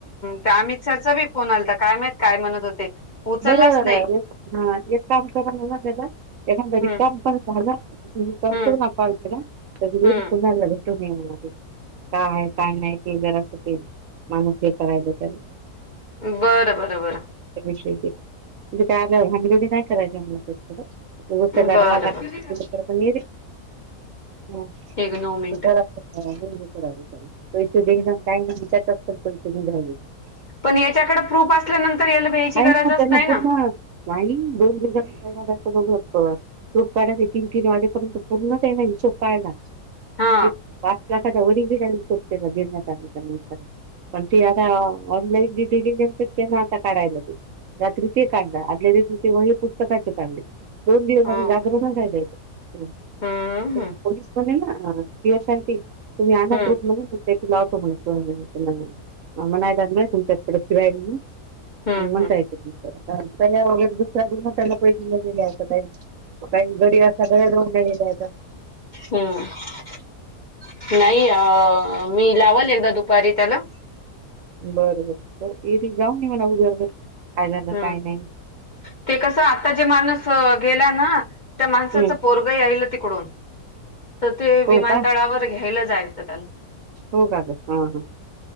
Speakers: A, on the left; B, on the right.
A: त्या अमित सरचा बी फोन आलता काय महित काय म्हणत होते उचललाच
B: बरं
A: नाही
B: ह एक काम करा ना त्याचा एखाद
A: हम्म
B: र काम पण झाला तु् पाळतो
A: हम्म
B: ना पाळतो ना तर
A: हम्म
B: कुंडला भेटून न म का आहे काय नाही ते जर असं तेल माणूस हे करायला तर
A: बरं, बरं, बरं
B: षयी म्हणजे कायला हानगडी नाही करायचीला थं
A: बरं
B: ज राहा
A: बरं
B: लागें
A: बरं
B: ह
A: एक
B: इथ
A: नऊ मिनिटं
B: दे काही ना
A: हम्म.
B: विचारत <unintelligible> झाली
A: पण याच्याकडे प्रूफ असल्यानंतर याला भ्यायची
B: आहे
A: गरजच
B: ना
A: नाही
B: पूर्ण
A: ना
B: नाही दोन दिनी बघ शोप काढ नाही तीन, तीन वाजेपर्यंत पूर्ण काही नाही हिशोब काढला
A: हा
B: ते पाच लाखाच्या वर त्यांनी सुट केला गेण्यात आल्याच्या नंतर पण ती आता ऑनलाईन जी दिलेली असते त्यांना आता काढायला. रात्री ते काढलं आदल्या दिवशी ते वही पुस्तकाचे काढले दोन दिवस
A: हो
B: अगं जागरणच
A: का
B: आहे. <inaudible> <unintelligible>
A: हम्म हम्म
B: ना पीहू साठी तुम्ही आणा
A: हम्म
B: प्रूप म्हणे ना. तेथील लावतो म्हणे <unintelligible> म्हणायला मी तुमच्याकडे फिरायली.
A: हम्म
B: मग म्हणता
A: हम्म
B: येते ती <unintelligible> न गेल्या असं काही कारण गडी <unintelligible> ह्याचा.
A: हम्म नाही अ मी लावल एकदा दुपारी त्याला.
B: बरोबर येथे जाऊ न मणा उद्या उद्या. तिजा
A: हम्म
B: काय
A: हम्म
B: नाय.
A: ते कसं आता जे माणूस गेला ना त्या माणसाचं
B: हम्म
A: पोरगही आल तिकडून तर ते
B: हो
A: विमानतळावर
B: का
A: घ्यायला जायचं त्याला.
B: हो का गं हा हा